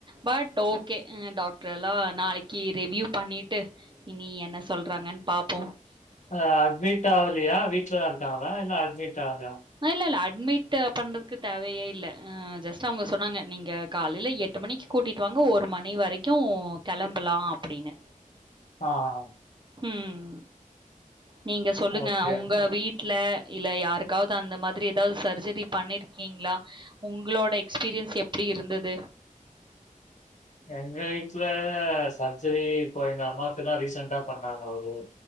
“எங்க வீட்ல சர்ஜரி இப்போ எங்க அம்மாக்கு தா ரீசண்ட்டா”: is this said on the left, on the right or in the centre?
Left